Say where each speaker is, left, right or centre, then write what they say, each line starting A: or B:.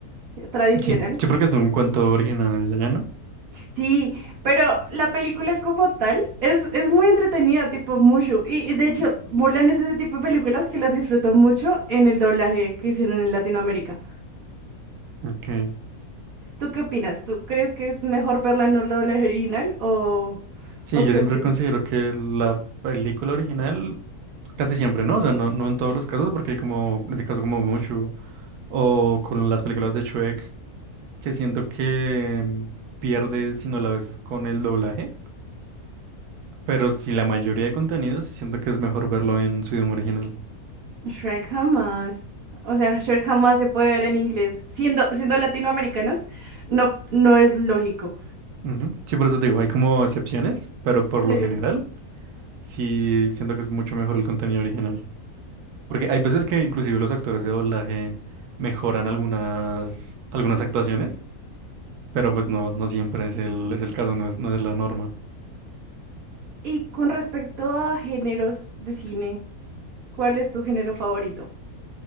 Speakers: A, on the right; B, on the right.
A: eh, tradicional.
B: Sí, sí, porque es un cuento original de allá, ¿no?
A: Sí, pero la película como tal es, es muy entretenida, tipo Mushu. Y, y de hecho, Mulan es de ese tipo de películas que las disfruto mucho en el doblaje que hicieron en Latinoamérica.
B: Ok.
A: ¿Tú qué opinas? ¿Tú crees que es mejor verla en el doblaje original o,
B: Sí,
A: o
B: yo
A: qué
B: siempre
A: opinas?
B: considero que la película original, casi siempre, ¿no? O sea, no, no en todos los casos, porque hay como, en este caso como Mushu, o con las películas de Shrek, que siento que mm, pierde si no la ves con el doblaje, pero si la mayoría de contenidos, sí siento que es mejor verlo en su idioma original.
A: Shrek jamás. O sea, Shrek jamás se puede ver en inglés. Siendo, siendo latinoamericanos, no, no es lógico.
B: Ujú. Sí, por eso te digo, hay como excepciones, pero por
A: Sí.
B: lo general, sí siento que es mucho mejor el contenido original. Porque hay veces que inclusive los actores de doblaje mejoran algunas, algunas actuaciones. Pero pues no, no siempre es el, es el caso, no es, no es la norma.
A: Y con respecto a géneros de cine, ¿cuál es tu género favorito?